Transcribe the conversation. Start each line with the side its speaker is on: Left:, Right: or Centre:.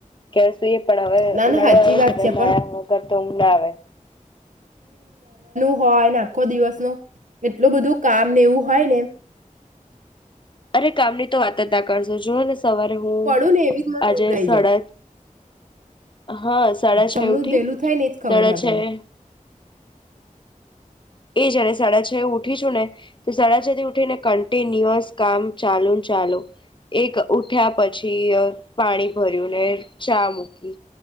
Left: કે સુઈએ પણ હવે
Right: ના
Left: ઉનાળો
Right: ના સાચી
Left: આવ્યો
Right: વાત
Left: છે નાવા
Right: પણ
Left: વગર તો ઉંઘ ના આવે.
Right: હો એને આખો દિવસ નું એટલું બધું કામને એવું હોય ને
Left: અરે કામની તો વાત જ ના કરશો જુઓ ને સવાર હું
Right: પડું ને એવી જ મને
Left: આજે
Right: ઊંઘાઈ
Left: સાડા
Right: જાય
Left: હા સાડા
Right: તમનું
Left: છ એ ઉઠી
Right: વહેલું થાય ને એજ ખબર
Left: સાડા
Right: ના
Left: છ
Right: પડે
Left: એ એ જાણે સાડા છ એ ઉઠી છું ને તો સાડા છ થી ઉઠી ને કન્ટિન્યુઅસ કામ ચાલુ ને ચાલો એક ઉઠ્યા પછી અ પાણી ભર્યું ને, ચા મૂકી,